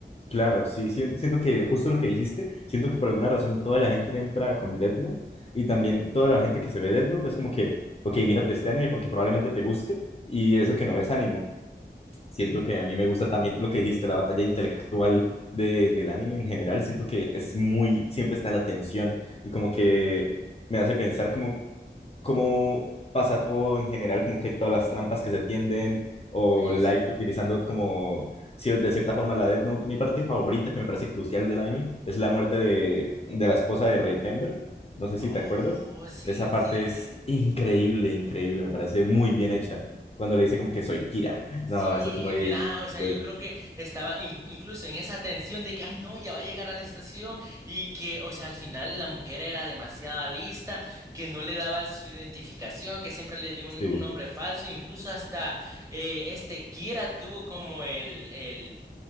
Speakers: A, on the left; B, on the right.
A: Claro, sí, sien- siento que justo lo que dijiste, siento que por alguna razón toda la gente entra con Death Note y también toda la gente que se ve Death Note es como que, ok, mírate este anime porque probablemente te guste y eso que no ves anime. Siento que a mí me gusta también lo que dijiste, la batalla intelectual de, del anime en general, siento que es muy, siempre está la tensión y como que me hace pensar como cómo pasa todo en general, como que todas las trampas que se tienden, o
B: Sí. Buenísimo.
A: Light utilizando como cier- de cierta forma la Death Note. Mi parte favorita, que me parece crucial del anime, es la muerte de, de la esposa de Rey Pember. No sé
B: Oh,
A: si te acuerdas.
B: sí,
A: Esa parte
B: sí, sí.
A: es increíble, increíble, me parece muy bien hecha. Cuando le dice como que soy Kira. No,
B: Sí,
A: eso es muy...
B: mira, o sea,
A: del-
B: yo creo que estaba in- incluso en esa tensión de que, ay, no, ya va a llegar a la estación y que, o sea, al final la mujer era demasiada lista, que no le daba su identificación, que siempre le dio un,
A: Sí,
B: un nombre falso, incluso hasta eh, este Kira tuvo como el, el,